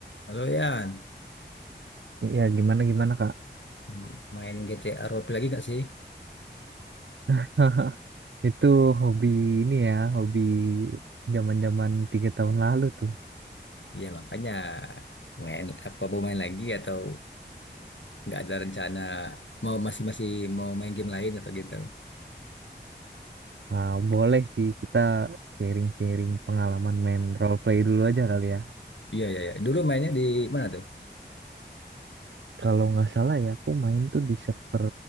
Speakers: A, on the left; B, on the right.
A: Halo Yan,
B: Iya, gimana gimana Kak?
A: Hmm. main GTA roleplay lagi nggak sih?
B: <laughs> Itu hobi ini ya, hobi zaman-zaman tiga tahun lalu tuh.
A: Ya makanya main apa mau main lagi atau nggak ada rencana mau masih masih mau main game lain atau gitu?
B: Nah, boleh sih kita sharing-sharing pengalaman main role play dulu aja kali ya.
A: Iya iya iya. Dulu mainnya di mana tuh?
B: Kalau nggak salah ya, aku main tuh di server